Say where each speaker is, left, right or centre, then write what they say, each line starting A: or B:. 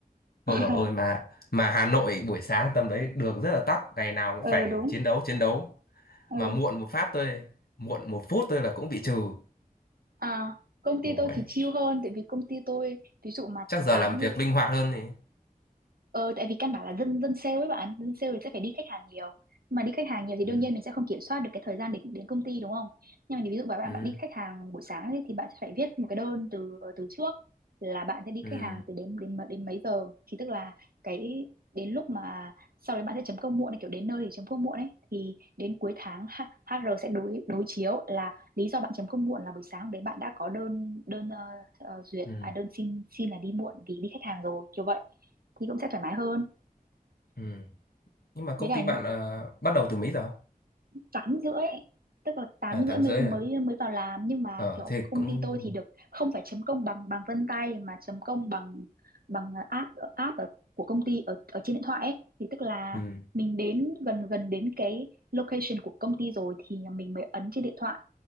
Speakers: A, on the left; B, on the right.
A: ôi
B: <laughs>
A: dồi ôi mà mà Hà Nội buổi sáng tầm đấy đường rất là tắc ngày nào cũng
B: ờ
A: phải
B: đúng
A: chiến đấu chiến đấu
B: ừ
A: mà muộn một phát tôi muộn một phút tôi là cũng bị trừ
B: à công ty
A: ôi
B: tôi thì chill hơn tại vì công ty tôi ví dụ mà
A: chắc giờ
B: tám
A: làm việc linh hoạt hơn thì
B: Ờ, tại vì căn bản là dân dân sale ấy bạn, dân sale thì sẽ phải đi khách hàng nhiều. mà đi khách hàng nhiều thì
A: ừ,
B: đương nhiên mình sẽ không kiểm soát được cái thời gian đến đến công ty đúng không? Nhưng mà ví dụ mà bạn
A: ừ,
B: bạn đi khách hàng buổi sáng ấy, thì bạn sẽ phải viết một cái đơn từ từ trước là bạn sẽ đi
A: ừ,
B: khách hàng từ đến đến mấy- đến mấy giờ thì tức là cái đến lúc mà sau đấy bạn sẽ chấm công muộn này kiểu đến nơi thì chấm công muộn ấy thì đến cuối tháng H- HR sẽ đối đối chiếu là lý do bạn chấm công muộn là buổi sáng hôm đấy bạn đã có đơn đơn ờ, ờ, duyệt
A: ừ,
B: à đơn xin xin là đi muộn vì đi khách hàng rồi kiểu vậy thì cũng sẽ thoải mái hơn
A: ừ. nhưng mà
B: với
A: công
B: cả
A: ty bạn ờ, bắt đầu từ mấy giờ
B: tám rưỡi tức là tám
A: à
B: rưỡi
A: tám
B: mới
A: rưỡi
B: mới
A: rồi
B: mới vào làm nhưng mà
A: ờ
B: kiểu
A: thế
B: công
A: cũng
B: ty tôi thì được không phải chấm công bằng bằng vân tay mà chấm công bằng bằng app app ở, của công ty ở ở trên điện thoại ấy. thì tức là
A: ừ,
B: mình đến gần gần đến cái location của công ty rồi thì mình mới ấn trên điện thoại